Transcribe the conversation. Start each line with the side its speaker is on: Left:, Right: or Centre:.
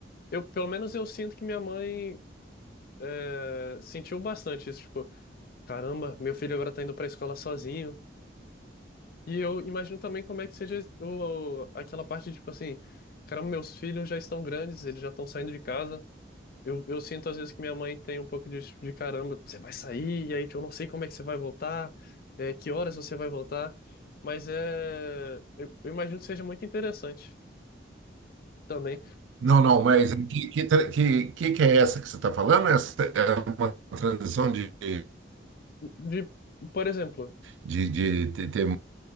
Left: Eu, pelo menos eu sinto que minha mãe é, sentiu bastante isso. Tipo, caramba, meu filho agora tá indo pra escola sozinho. E eu imagino também como é que seja o, aquela parte, tipo assim, caramba, meus filhos já estão grandes, eles já estão saindo de casa. Eu, eu sinto às vezes que minha mãe tem um pouco disso tipo, de caramba, você vai sair, e aí eu não sei como é que você vai voltar, é, que horas você vai voltar. Mas é. Eu, eu imagino que seja muito interessante também.
Right: Não, não, mas que, que, tra- que, que que é essa que você está falando? Essa é uma transição de, de,
Left: de, por exemplo,
Right: de, de ter...